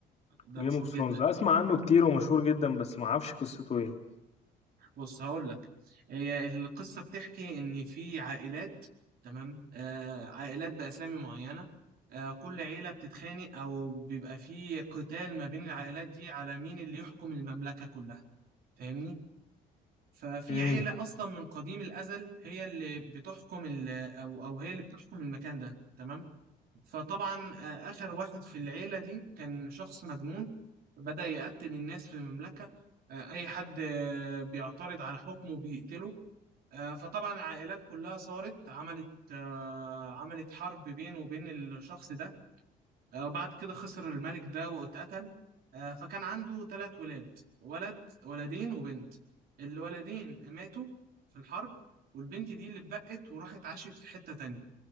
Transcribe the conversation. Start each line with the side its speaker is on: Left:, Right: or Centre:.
Right: ده
Left: جيم
Right: مشهور
Left: اوف ثرونز
Right: جدا
Left: اسمع عنه كتير ومشهور جدا بس ما اعرفش قصته ايه
Right: بص هقول لك هي القصه بتحكي ان في عائلات تمام آه عائلات باسامي معينه آه كل عيله بتتخانق او بيبقى في قتال ما بين العائلات دي على مين اللي يحكم المملكه كلها فاهمني ففي
Left: امم
Right: عيله اصلا من قديم الازل هي اللي بتحكم ال- او او هي اللي بتحكم المكان ده تمام فطبعا آه، اخر واحد في العيله دي كان شخص مجنون بدأ يقتل الناس في المملكة آه، أي حد آه، بيعترض على حكمه بيقتله آه، فطبعا العائلات كلها صارت عملت آه، عملت حرب بينه وبين الشخص ده آه، وبعد كده خسر الملك ده واتقتل آه، فكان عنده ثلاث ولاد ولد ولدين وبنت الولدين ماتوا في الحرب والبنت دي اللي اتبقت وراحت عاشت في حتة تانية